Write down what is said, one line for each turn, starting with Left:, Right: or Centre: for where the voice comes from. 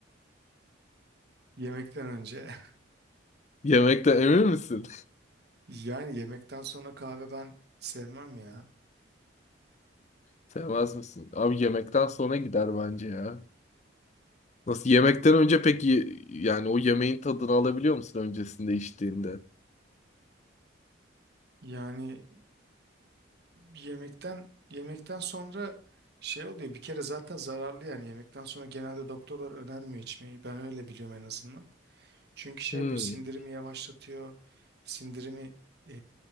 Right: Yemekten önce. <laughs>
Left: Yemekten emin misin?
Right: Yani yemekten sonra kahve ben sevmem ya.
Left: Sevmez misin? Abi yemekten sonra gider bence ya. Nasıl yemekten önce peki yani o yemeğin tadını alabiliyor musun öncesinde içtiğinde?
Right: Yani yemekten yemekten sonra şey oluyor. Bir kere zaten zararlı yani yemekten sonra genelde doktorlar önermiyor içmeyi. Ben öyle biliyorum en azından. Çünkü şey
Left: Hmm.
Right: yapıyor, sindirimi yavaşlatıyor, sindirimi e,